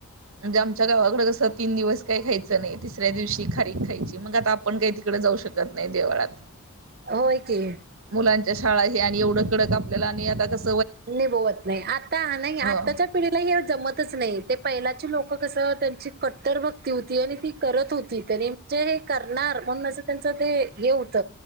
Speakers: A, on the right; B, on the right.
A: म्हणजे आमच्या गावाकड कसं तीन दिवस काही खायचं नाही तिसऱ्या दिवशी खारीक खायची मग आता आपण काही तिकडे जाऊ शक कत नहीं देवळात,
B: होय की
A: मुला शाळा हे आणि एवढं कडक आपल्याला आणि आता कस
B: निबवत नाही आता नाही आताच्या
A: हो
B: पिढीला हे जमतच नाही ते पहिलाची लोक मग कस त्यांची कट्टर भक्ती होती आणि ती करत होती त्यानी जे करणार म्हणून अस त्यांचं ते हे होत